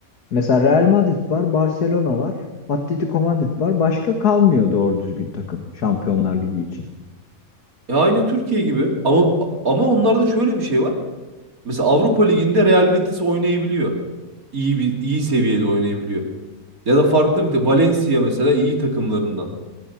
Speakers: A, on the left; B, on the right.
A: Mesela Real Madrid var, Barcelona var, Atletico Madrid var. Başka kalmıyor doğru düzgün takım Şampiyonlar Ligi için.
B: Ya aynı Türkiye gibi ama ama onlarda şöyle bir şey var. Mesela Avrupa Ligi'nde Real Betis oynayabiliyor. İyi bir iyi seviyede oynayabiliyor. Ya da farklı bir de Valencia mesela iyi takımlarından.